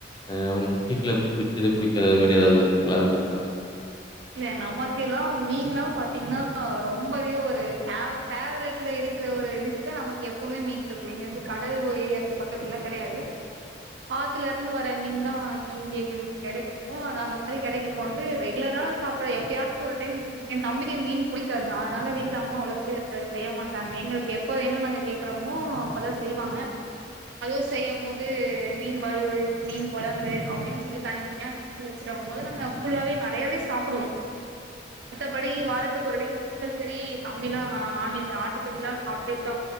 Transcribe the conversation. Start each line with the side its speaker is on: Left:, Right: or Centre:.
Left: அ ஒங்ளுக் வீட்ல புடிச்சது புடிச்சதுடிக்காது அது மாரி ஏதாவ்து இருக்குங்கள அத பத்தி வேணா சொ
Right: இல்ல நமக்குல்லா மீன்ல்லா பாத்தீங்னா ரொம்பவே ஒரு ஃபேவ்ரு பேவரட்ல இருக்கிற ஒரு லிஸ்ட நமக்கு எப்பவுமே மீன் <unintelligible> கடல் ஏரியாக்கு பக்கத்துலா கெடையாது ஆத்துல இருந்து வர மீன் தா இங்க எங்களுக்கு கெடைக்கு அது அந்த மாரி கெடைக்கும் போது ரெகுலரா சாப்பிடற எப்பையாது ஒரு டைம் என் தம்பிக்கு மீன் புடிக்காது அதனால வீட்டுல அம்மா அவுனுக்கு அ செய்ய மாட்டாங்க எங்களுக்கு எப்ப வேணுன்னு நாங்க கேக்குறோமோ அப்பதா செய்வாங்க அதுவு செய்யும் போது மீன் வலுவல் மீன் கொழம்பு அப்டின்னு சொல்லி தனித் தனியா வச்சுவோம் போது நாங்க ஃபுல்லாவே நெறையாவே சாப்பிடுவோ மத்தபடி வாரத்துக்கு ஒரு டம் கம்பல்சரி தம்பிலா நான்வெஜ் ஆட்டுக்கறி சாப்பிட்டே தா